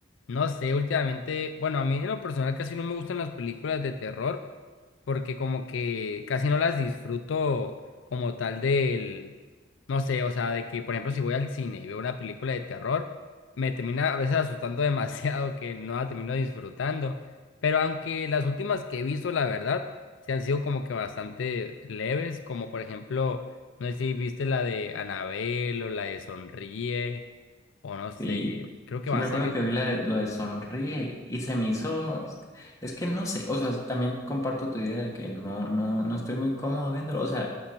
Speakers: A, on the left; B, on the left.
A: no sé, últimamente, bueno, a mí en lo personal casi no me gustan las películas de terror porque como que casi no las disfruto como tal del, no sé, o sea, de que por ejemplo si voy al cine y veo una película de terror, me termina a veces asustando <laughs> demasiado que no la termino disfrutando. Pero aunque las últimas que he visto, la verdad, se han sido como que bastante leves, como por ejemplo, no sé si viste la de Anabel o la de Sonríe o no sé,
B: Sí,
A: creo que
B: sí
A: va
B: me
A: a salir...
B: acuerdo que vi la de- lo de Sonríe y se me hizo, es que no sé, o sea, también comparto tu idea de que no, no, no estoy muy cómodo viéndolo, o sea,